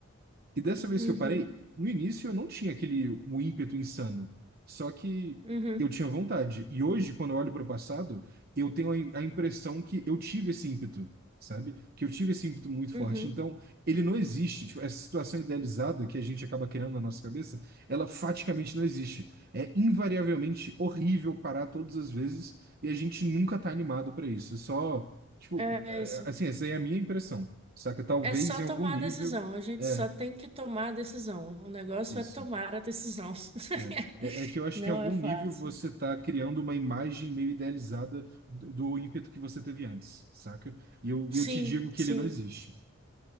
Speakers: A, on the right; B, on the right.
A: e dessa vez
B: Uhum,
A: que eu parei, no início eu não tinha aquele um ímpeto insano. Só que
B: uhum,
A: eu tinha vontade. E hoje, quando eu olho para o passado, eu tenho a, im- a impressão que eu tive esse ímpeto, sabe? Que eu tive esse ímpeto muito
B: uhum.
A: forte. Então, ele não existe. Tipo, essa situação idealizada que a gente acaba criando na nossa cabeça, ela faticamente não existe. É invariavelmente horrível parar todas as vezes e a gente nunca tá animado para isso. É Só, tipo,
B: É
A: é,
B: é isso.
A: assim, essa aí é a minha impressão, saca? Talvez
B: É só
A: em algum
B: tomar
A: nível.
B: a decisão. A gente
A: é,
B: só tem que tomar a decisão. O negócio
A: isso.
B: é tomar a decisão.
A: É.
B: <laughs>
A: É, é que eu acho
B: Não
A: que em algum
B: é fácil.
A: nível você está criando uma imagem meio idealizada do, do ímpeto que você teve antes, saca? E eu,
B: Sim,
A: e eu te digo que
B: sim.
A: ele não existe.